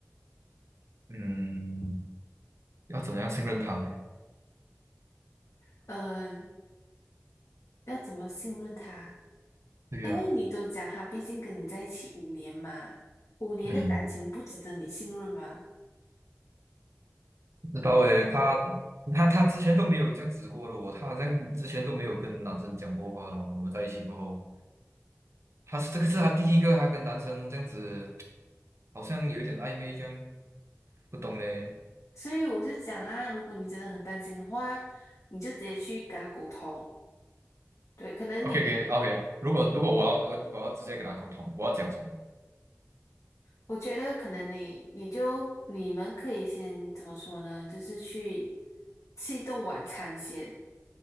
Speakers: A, on the right; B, on the left.
A: 嗯，要怎样信任他呢？
B: 嗯，要怎么信任她？
A: 对呀、
B: 因为你都讲她毕竟跟你在一起五年嘛，五年的感情不值得你信任吗？
A: 嗯。知道诶，他他他之前都没有这样子过的哦，他好像之前都没有跟男生讲过话了哦。我们在一起过后，他是这个是他第一个，他跟男生这样子，好像有一点暧昧这样，不懂嘞。
B: 所以我就讲啊，如果你真的很担心的话，你就直接去跟她头。对，可能你们，
A: OK，OK，OK。如果如果我要我我要直接跟他沟通，
B: 嗯，
A: 我要讲什么
B: 我觉得可能你，你就你们可以先怎么说呢？就是去吃一顿晚餐先。